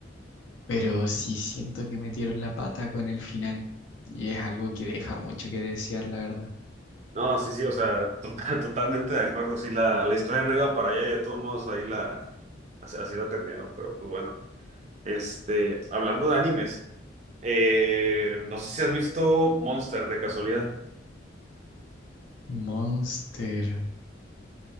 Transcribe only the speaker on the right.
No, sí, sí, o sea, total- <laughs> totalmente de acuerdo. Sí, la, la historia no iba para allá, ya de todos modos ahí la, así, así la terminaron, pero pues bueno. Este, hablando de animes, eh, no sé si has visto Monster de casualidad.